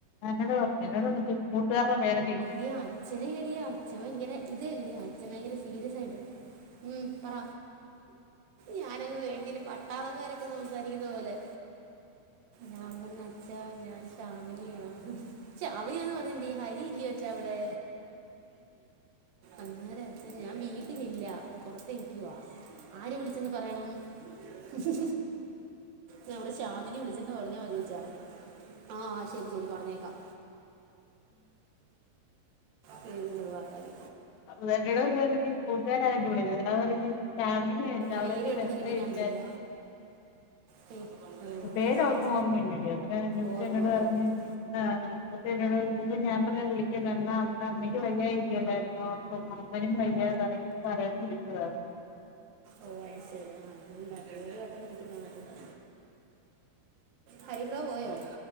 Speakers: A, on the left; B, on the right.
A: എന്നോട് പറഞ്ഞു എന്നോട് എന്നിട്ട് കൂട്ടുകാരുടെ പേരെ
B: ഇട അച്ഛന എടിയാ അച്ഛൻ ഭയങ്കര ഇത് എട അച്ഛൻ ഭയങ്കര സീരിയസ് ആയിട്ട് ഉം പറ ഞാനങ്ങ മേടിച്ചട്ട പട്ടാളക്കാരൊക്കെ സംസാരിക്കുന്ന പോലെ ഞാൻ പറഞ്ഞ അച്ചാ ഞാൻ ഷാമിനിയാണ് ച അവനാന്ന് പറഞ്ഞി് ഹരി ഇല്ല യ് ചവിടെ അങ്ങേരച്ച ഞാൻ വീട്ടിലില്ല പുറത്തേ ആര് വിള ന്ന് പറയണം മ് ഞ അവടെ ശഷാമിനി വിളിച്ചന്ന് പറഞ്ഞ മതി ചേച്ചാ ആഹ ശരി ശരി പറഞ്ഞേക്കാം പേരിന്ന് മാറവി
A: അയോട കൂട്ടുകാരായി വിള അവ ഫാമ അവിടെങ്ക
B: പേര് പെട്ടെന്ന്
A: വ
B: കിട്ടിക്കാണത്തില്ല
A: കഴച്ച
B: പേ- ആ,
A: പേര്
B: ശരി
A: ഒന്നന്ന് ഓർമ്മട അന
B: ഓർമ്മ
A: എന്നോട്
B: നാളത്തെ
A: പറ് മറ്റ എന്നോട് ഇ ഞാൻ പറഞ്ഞ വിളിക്കാ അെങ്കക്ക് വയ്യായിരിക്കല്ല ആ അപ്പരു ഇതായി പറയാൻ വിക്കതാണ്
B: ഓ അത് ശെരി ആ അത്ണ്ടാക്കര് പെട്ടെന്ന് കിട്ടി കാണ ഹരിപ്ര പോയോ